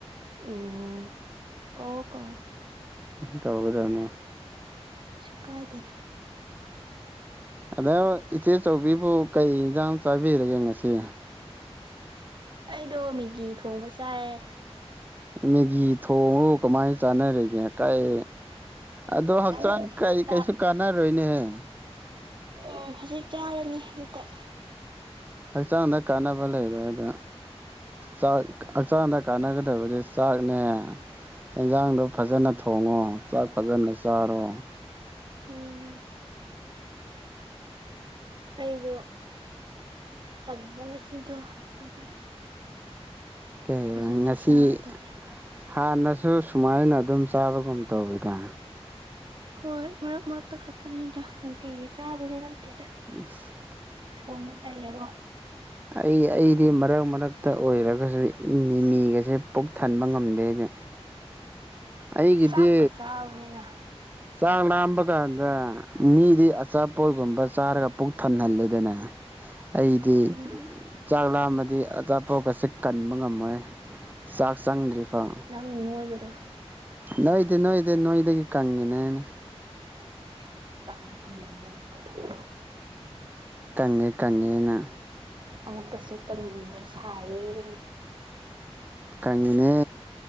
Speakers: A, on the right (about 45°); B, on the right (about 15°).
A: ꯎꯝ ꯑꯍꯣ ꯀꯣ
B: ꯇꯧꯒꯗꯝꯅꯦ
A: ꯀꯩꯁꯨ ꯀꯥꯏꯗꯦ
B: ꯑꯗꯣ ꯏꯆꯦ ꯆꯧꯕꯤꯕꯨ ꯀꯩ ꯏꯟꯁꯥꯡ ꯆꯥꯕꯤꯔꯒꯦ ꯉꯁꯤ
A: ꯑꯩꯗꯣ ꯃꯤꯒꯤ ꯊꯣꯡꯕ ꯆꯥꯏꯑꯦ
B: ꯃꯦꯒꯤ ꯊꯣꯡꯉꯒꯕꯨ ꯀꯃꯥꯏꯅ ꯆꯥꯟꯅꯔꯤꯒꯦ ꯀꯥꯏ ꯑꯗꯣ ꯍꯛꯆꯥꯡ
A: ꯆꯥꯅꯤꯡꯗꯕ
B: ꯀꯩ
A: ꯆꯥꯛ
B: ꯀꯩꯁꯨ ꯀꯥꯟꯅꯔꯣꯏꯅꯦꯍꯦ
A: ꯑꯣ ꯍꯧꯖꯤꯛ ꯆꯥꯔꯅꯤ ꯑꯃꯨꯛꯀ
B: ꯍꯛꯆꯥꯡꯗ ꯀꯥꯟꯅꯕ ꯂꯩꯔꯣꯏ ꯑꯗ ꯆꯥꯛ ꯍꯛꯆꯥꯡꯗ ꯀꯥꯟꯅꯒꯗꯕꯗꯤ ꯆꯥꯛꯅꯦ ꯌꯦꯟꯖꯥꯡꯗꯣ ꯐꯖꯅ ꯊꯣꯡꯉꯣ ꯆꯥꯛ ꯐꯖꯅ ꯆꯥꯔꯣ
A: ꯎꯝ ꯑꯩꯗꯣ ꯇꯟꯕ ꯉꯁꯤꯗꯣ ꯑꯗꯨꯒꯤ
B: ꯀꯩ
A: ꯐꯖꯅ
B: ꯉꯁꯤ
A: ꯆꯗꯔꯦ
B: ꯍꯥꯟꯅꯁꯨ ꯁꯨꯃꯥꯏꯅ ꯑꯗꯨꯝ ꯆꯥꯕꯒꯨꯝ ꯇꯧꯋꯤꯗꯥ
A: ꯍꯣꯏ ꯃꯔꯛ ꯃꯔꯛ ꯇ ꯈꯛꯇꯅꯤꯗ ꯅꯨꯡꯇꯤꯒꯤ ꯆꯥꯕꯗꯤ ꯅꯇꯦꯗ
B: ꯃꯤꯁ
A: ꯊꯣꯡꯕ ꯇꯜꯂꯦꯕꯣ
B: ꯑꯩ ꯑꯩꯗꯤ ꯃꯔꯛ ꯃꯔꯛꯇ ꯑꯣꯏꯔꯒꯁꯨ ꯃꯤꯃꯤꯒꯁꯦ ꯄꯨꯛ ꯊꯟꯕ ꯉꯝꯗꯦꯅꯦ ꯑꯩꯒꯤꯗꯤ
A: ꯆꯥꯛꯀ ꯆꯥꯕꯅꯤꯅ
B: ꯆꯥꯛ ꯂꯥꯝꯕ ꯀꯥꯟꯗ ꯃꯤꯗꯤ ꯑꯆꯥ ꯄꯣꯠꯒꯨꯝꯕ ꯆꯥꯔꯒ ꯄꯨꯛ ꯊꯟꯍꯜꯂꯦꯗꯅ ꯑꯩꯗꯤ
A: ꯎꯝ
B: ꯆꯥꯛ ꯂꯥꯝꯃꯗꯤ ꯑꯆꯥ ꯑꯄꯣꯠꯀꯁ ꯀꯟꯕ ꯉꯝꯃꯣꯏ ꯆꯥꯛ ꯆꯪꯗ꯭ꯔꯤꯐꯥꯎ
A: ꯑꯝ ꯅꯨꯡꯉꯥꯏꯕꯗ
B: ꯅꯣꯏꯗꯤ ꯅꯣꯏꯗꯤ ꯅꯣꯏꯗꯒꯤ ꯀꯪꯉꯦꯅꯦꯅ
A: ꯀꯃꯄ
B: ꯇꯪꯉꯦ ꯇꯪꯉꯦꯅ
A: ꯑꯃꯨꯛꯀꯁꯨ ꯇꯟꯅꯤꯡꯕ ꯁꯥꯏꯌꯦ
B: ꯀꯪꯉꯤꯅꯦ